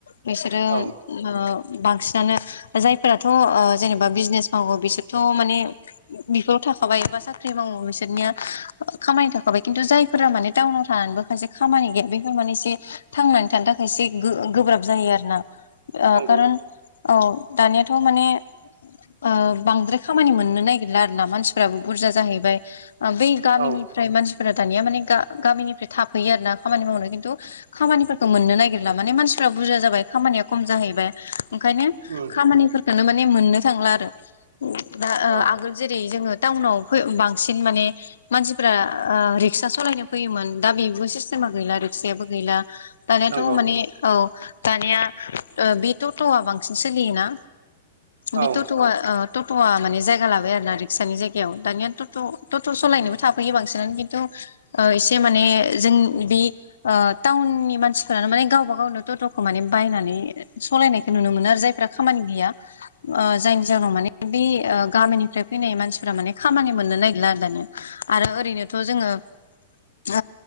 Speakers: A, on the left (about 85°); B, on the right (about 80°).
A: बिसोरो
B: औ
A: ओ बांसिनानो जाय फोरथ जेनेबा बिजनेस मावो बिसोरथ माने बेफोराव थाखाबाय बा साख्रि मावो बिसोरनिया खामानि थाखाबाय खिन्थु जायफोरा माने टाउनाव थानानैबो माखासे खामानि गैया बेफोर माने एसे थांनानै थानो थाखाय एसे गोब्राब जायो आरोना
B: नंगौ
A: खारन औ दानियाथ माने ओ बांद्राय खामानि मोननो नागिरला आरोना मानसिफ्राबो बुरजा जाहैबाय बै गामिनिफ्राय
B: औ
A: मानसिफोरा दानिया माने गा गामिनिफ्राय थाफैयो आर ना खामानि मावनो खिन्थु खामानिफोरखौ मोननो नागिरला माने मानसिफ्रा बुरजा जाबाय खामानिया खम जाहैबाय ओंखायनो
B: उम
A: खामानिफोरखोनो मानेमोननो थांला आरो दा
B: औ
A: आगोल जेरै जोङो टाउनाव बांसिन माने मानसिफ्रा रिक्सा सालायनो फैयोमोन दा बेबो सिस्टेमा गैला रिक्सायाबो गैला दानिाथ
B: नंगौ
A: माने औ दानिया बे टटआ बांसिन सोलियोना
B: औ
A: बि टट ओ टटआ माने जायगा लाबाय आरो ना रिक्सानि जायगायाव दानिया टट टट सालायनोबो थाफैयो बांसिनानो खिन्थु ओ एसे माने जों बे टाउननि मानसिफोरानो माने गावबा गावनो थ'खौ माने बायनानै सालायनायखौ नुनो मोनो आरो जायफ्रा खामानि गैया ‌। जायनि जाहोनाव माने बे गामिनिफ्राय फैनाय मानसिफोरा माने खामानि मोननो नागिरला आरो दानिया। आरो ओरैनोथ' जोङो ओ